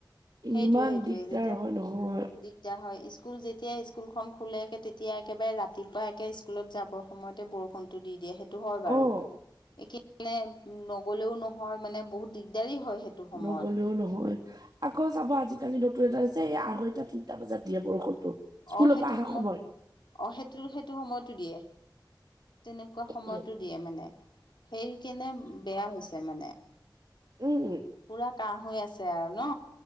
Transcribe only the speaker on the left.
সেইটোৱে
সেইটোৱে
যেতিয়া
দিগদাৰ হয় স্কুল যেতিয়া স্কুলখন খোলে তেতিয়া একেবাৰে ৰাতিপুৱা একে স্কুলত যাব সময়তে বৰষুণটো দি দিয়ে। সেইটো হয় বাৰু,
একে মানে নগ'লেও নহয় মানে বহুত দিগদাৰি হয় সেইটো। সময়ত
অ সেইটো
সময়
অ সেইটো সেইটো সময়টো দিয়ে। তেনেকুৱা সময়টো
দিয়ে মানে সেই কেনে বেয়া হৈছে মানে।
পুৰা কাহ হৈ আছে আৰু ন।